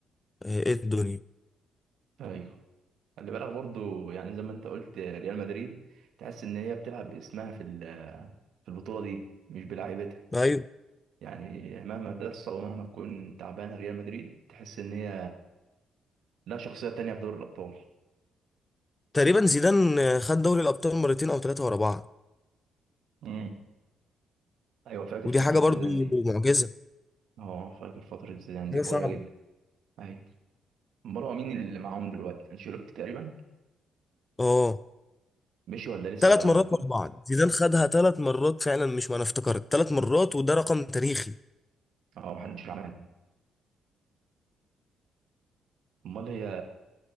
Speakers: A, on the left (about 20°); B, on the right (about 75°).
A: آه، ايه الدنيا
B: ايوه خلي بالك برضو يعني زي ما انت قلت ريال مدريد تحس ان هي بتلعب اسمها في ال- في البطولة دي مش بلاعيبتها
A: ايوه
B: يعني مهما تحصل ومهما تكون تعبانة ريال مدريد تحس ان هي لا شخصية تانية في دوري الابطال
A: تقريبا زيدان خد دوري الابطال مرتين او ثلاثه ورا بعض
B: امم ايوه فاكر
A: ودي
B: فترة
A: حاجه برضو
B: زيدان دي
A: معجزه
B: اه فاكر فترة زيدان دي
A: حاجه
B: قوية
A: صعبه
B: جدا ايوه امال هو مين اللي معاهم دلوقتي انشيلوتي تقريبا
A: اه
B: مشي ولا لسه
A: ثلاث
B: بقى
A: مرات
B: موجود
A: ورا بعض زيدان خدها ثلاث مرات فعلا مش ما انا افتكرت ثلاث مرات وده رقم تاريخي
B: اه محدش عمل امال هي